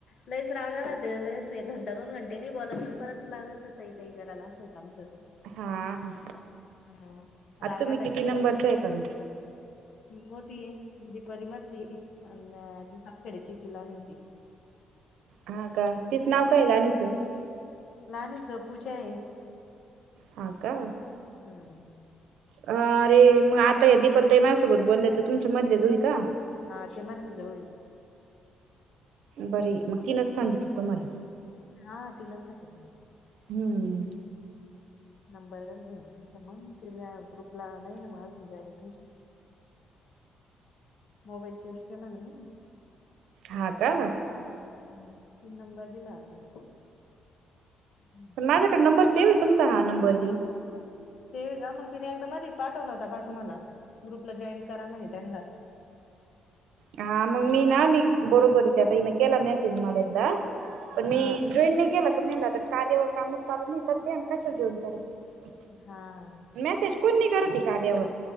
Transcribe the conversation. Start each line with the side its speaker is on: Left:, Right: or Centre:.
Left: लईच राग आला ते लस एक घंटा दोन घंटे नाही बोलायच अन परत लागायच होत ताई, ताई करायला असं होतं आमचं.
Right: हा, हं
Left: हा
Right: आता
Left: राग
Right: तुम्ही
Left: आला
Right: किती
Left: की थोडं
Right: नंबरच आहेसा म?
Left: मी मोठीय, दीपाली मदली, ती सापखेड्याची ति लहाणी होती.
Right: हा, का तिच नाव काय लहानीचं?
Left: लहाननीच पूजा हे
Right: हा का
Left: हम.
Right: अ, अरे मग आता या दीपाली ताई माझ्यासोबत बोल्या तुमच्या मधले जाऊय का?
Left: हा ती मधली जावूय
Right: बरी, मग तीनच सांगितल तुम्हाला?
Left: हा तिनच सांगितलं
Right: हम्म.
Left: नंबर घन तुमचा मंग ते मी ग्रुपला नाही ना म जॉईन तुमची? मोबाईल चेंज केला ना मी
Right: हा का?
Left: हम्, तीन नंबर दिला आता. हम्म.
Right: पण माझ्याकड नंबर सेव हेय तुमचा हा नंबर बी.
Left: सेव हेय का? मग तिने एकदा मधी पाठवला होता पा, तुम्हाला, ग्रुपला जॉईन करा म्हणे त्यानला
Right: हा मग मी ना मी, बरोबर ये त्या ताईन केला मेसेज मला एकदा पण
Left: हा
Right: मी जॉईन नाही केलं का, मी म्हणल कार्यावर कामच चालू नाही सध्या, कशाला जोईन करायचं.
Left: हां.
Right: मेसेज कोण नाही करत ये कार्यावर,